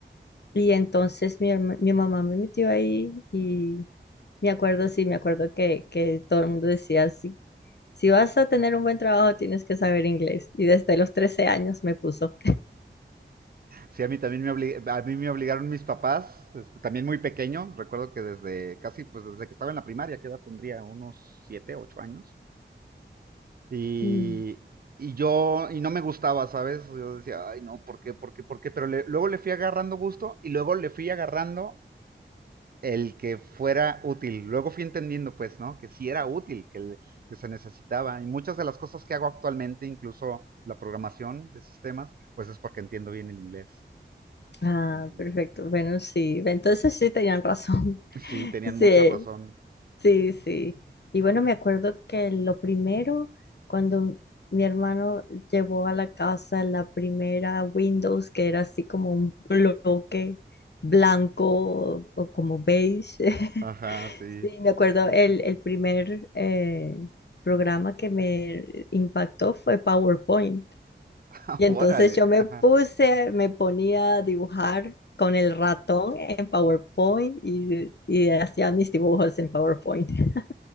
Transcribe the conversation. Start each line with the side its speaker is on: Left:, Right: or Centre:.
Left: y entonces mi, herma- mi mamá me metió ahí y... Me acuerdo, sí, me acuerdo que, que todo el mundo decía así, si vas a tener un buen trabajo, tienes que saber inglés. Y desde los trece años me puso.
Right: Sí, a mí también me, obli- a mí me obligaron mis papás, este, también muy pequeño, recuerdo que desde casi, pues desde que estaba en la primaria, que edad tendría unos siete, ocho años, y,
Left: Mm.
Right: y yo, y no me gustaba, ¿sabes? Yo decía, ay, no, ¿por qué, por qué, por qué? Pero le- luego le fui agarrando gusto y luego le fui agarrando el que fuera útil. Luego fui entendiendo, pues, ¿no? Que sí era útil, que, el- que se necesitaba. Y muchas de las cosas que hago actualmente, incluso la programación de sistemas, pues es porque entiendo bien el inglés
Left: Ah,
Right: también.
Left: perfecto. Bueno, sí. Entonces sí tenían razón. <laughs>
Right: Sí, tenían
Left: Sí,
Right: mucha razón.
Left: sí, sí. Y bueno, me acuerdo que lo primero, cuando mi hermano llevó a la casa la primera Windows, que era así como un bloque blanco o, o como beige, <laughs>
Right: Ajá, sí.
Left: Sí, me acuerdo, el, el primer eh, programa que me impactó fue PowerPoint.
Right: <laughs>
Left: Y entonces
Right: Órale,
Left: yo me
Right: ajá.
Left: puse, me ponía a dibujar con el ratón en PowerPoint y, y hacía mis dibujos en PowerPoint. <laughs>